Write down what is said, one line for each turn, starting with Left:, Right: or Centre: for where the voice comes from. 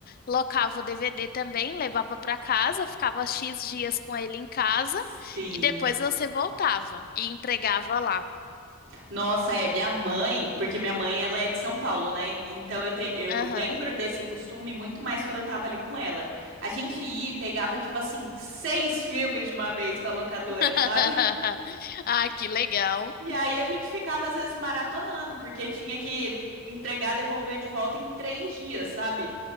Left: locava o DVD também, levava para casa, ficava X dias com ele em casa
Right: Sim.
Left: e depois você voltava e entregava lá.
Right: Nossa, é minha mãe, porque minha mãe ela é de São Paulo, né? Então eu, te- eu
Left: Aham.
Right: lembro desse costume muito mais quando eu tava ali com ela. A gente ia e pegava, tipo assim, seis filmes de uma vez com a locadora,
Left: <laughs>
Right: sabe?
Left: Ah, que legal.
Right: E aí a gente ficava, às vezes, maratonando, porque tinha que entregar, devolver de volta em três dias, sabe?